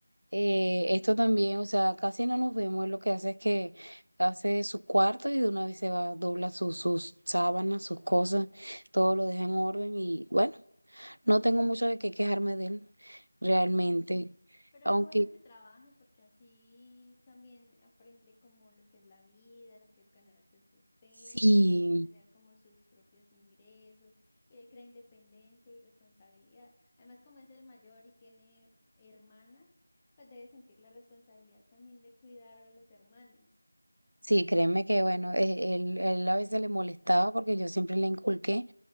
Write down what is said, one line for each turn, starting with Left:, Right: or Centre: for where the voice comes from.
Right: Eh,
Left: Mm.
Right: esto también, o sea, casi no nos vemos, él lo que hace es que hace su cuarto y de una vez se va, dobla sus, sus sábanas, sus cosas, todo lo deja en orden y bueno. No tengo mucho de qué quejarme de él, realmente.
Left: Sí. Pero
Right: Aunque
Left: qué bueno que trabaje porque así también aprende como lo que es la vida, lo que es ganarse el sustento,
Right: sí,
Left: lo que es tener como sus propios ingresos y le crea independencia y responsabilidad. Además, como es el mayor y tiene hermanas, pues debe sentir la responsabilidad también de cuidar a las hermanas.
Right: sí, créeme que bueno, eh, él, él a veces le molestaba porque yo siempre le inculqué